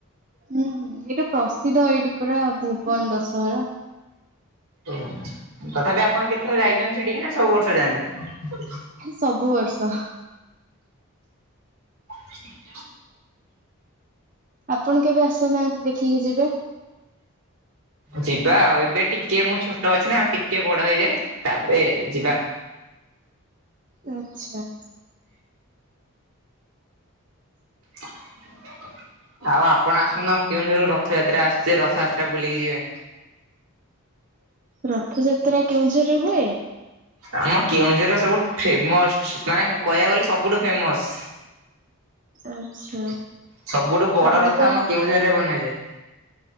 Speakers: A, on the right; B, on the right.
A: ହୁଁ ହୁଁ ଏଇଟା ପ୍ରସିଦ୍ଧ ଏଇଠି ପରା ଭୁବନ ଦଶହରା।
B: ଓହୋ ତଥାପି ଆପଣ କେଥର ଯାଇଛନ୍ତି ସେଠିକି ନା ସବୁ ବର୍ଷ ଯାଆନ୍ତି?
A: ସବୁ ବର୍ଷ।
B: ହ
A: ଆପଣ କେବେ ଆସନାହାନ୍ତି ଦେଖିକି ଯିବେ।
B: ଯିବା ଆଉ ଏବେ ଟିକେ ମୁଁ ଛୋଟ ଅଛି ନା ଆଉ ଟିକେ ବଡ଼ ହେଇଯାଏ ତାପରେ ଯିବା।
A: ଆଚ୍ଛା।
B: ଆଉ ଆପଣ ଆସନ୍ତୁ ଆମ କେଉଁଝର ର ରଥଯାତ୍ରା ଆସୁଛି ରଥଯାତ୍ରା ବୁଲିକି ଯିବା
A: ରଥଯାତ୍ରା କେଉଁଝର ହୁଏ?
B: ଆମ କେଉଁଝର ସବୁଠୁ ଫେମସ୍ ମାନେ କହିବାକୁ ଗଲେ ସବୁଠୁ ଫେମସ
A: ଆଚ୍ଛା
B: ସବୁଠୁ ବଡ
A: ଆମେ
B: ରଥ
A: ତ
B: ଆମ କେଉଁଝରରେ ବନାଯାଏ।